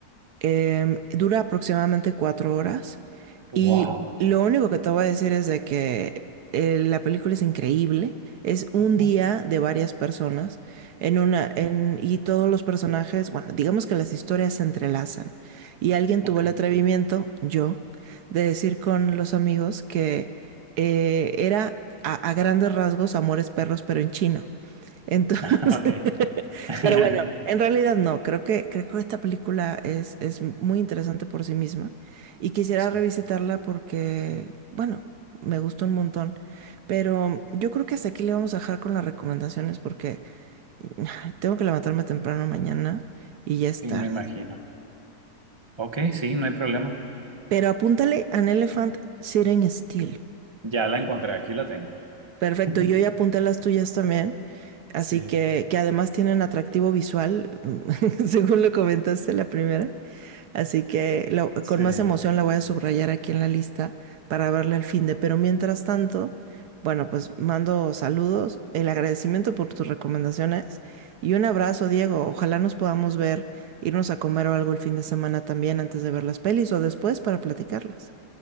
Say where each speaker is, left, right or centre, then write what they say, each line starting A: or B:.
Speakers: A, on the right (about 75°); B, on the right (about 20°).
A: Em, dura aproximadamente cuatro horas
B: Wow.
A: y lo único que te voy a decir es de que eh, la película es increíble. Es un
B: Ujú,
A: día de varias personas en una en, y todos los personajes, bueno, digamos que las historias se entrelazan y alguien
B: Ok,
A: tuvo el atrevimiento, yo, de decir con los amigos que eh, era a, a grandes rasgos Amores Perros pero en chino. <laughs> Entonces
B: <laughs> ok. <laughs>
A: pero bueno, en realidad no, creo que, creo que esta película es, es muy interesante por sí misma y quisiera
B: Sí,
A: revisitarla porque, bueno, me gustó un montón. Pero yo creo que hasta aquí le vamos a dejar con las recomendaciones porque <laughs> ay, tengo que levantarme temprano mañana y ya es
B: sí,
A: tarde.
B: me imagino. Ok, sí, no hay problema.
A: Pero apúntale An Elephant Sitting Still.
B: Ya la encontré, aquí la tengo.
A: Perfecto,
B: <laughs>
A: yo ya apunté las tuyas también, así
B: Sí,
A: que, que además tienen atractivo visual, <laughs> según lo comentaste la primera. Así que la- con
B: sí,
A: más emoción la voy a subrayar aquí en la lista para verla al fin de. Pero mientras tanto, bueno, pues mando saludos, el agradecimiento por tus recomendaciones y un abrazo, Diego. Ojalá nos podamos ver, irnos a comer o algo el fin de semana también antes de ver las pelis o después para platicarlas.